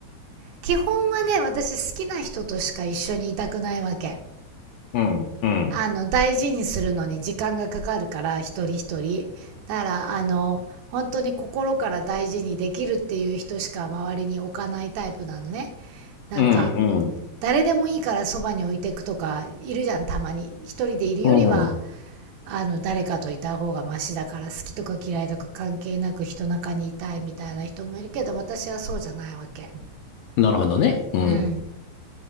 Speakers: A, on the right; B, on the left.
A: 基本はね、私好きな人としか一緒にいたくないわけ。
B: うん、うん、
A: あの、大事にするのに時間がかかるから、一人一人。だから、あの、本当に心から大事にできるっていう人しか周りに置かないタイプなのね。なんか、
B: うん、う
A: 誰でもいいからそばに置いていくとかいるじゃんたまに一人でいるよりは
B: ん、うん。
A: あの誰かといた方がマシだから好きとか嫌いとか関係なく人中にいたいみたいな人もいるけど私はそうじゃないわけ。
B: なるほどね。うん。
A: うん、